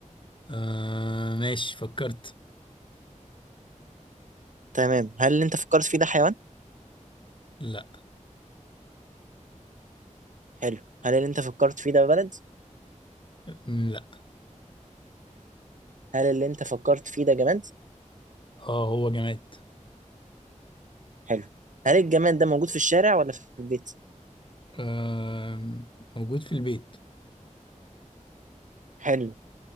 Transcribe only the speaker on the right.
تمام هل اللي انت فكرت فيه ده حيوان
حلو هل اللي انت فكرت فيه ده بلد
هل اللي انت فكرت فيه ده جماد
حلو هل الجماد ده موجود في الشارع ولا في البيت
حلو